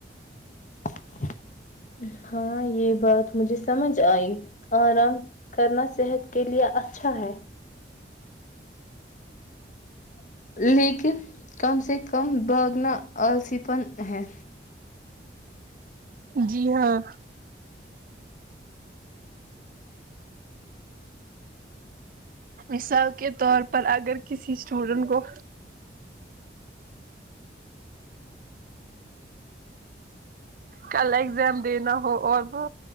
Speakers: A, on the left; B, on the right.
A: <inaudible> ہاں یہ بات مجھے سمجھ آئی آرام کرنا صحت کے لیے اچھا ہے لیکن کم سے کم بھاگنا اسیپن ہے
B: جی ہاں مثال کے طور پر اگر کسی اسٹوڈینٹ کو کل اگزام دینا ہو اور وہ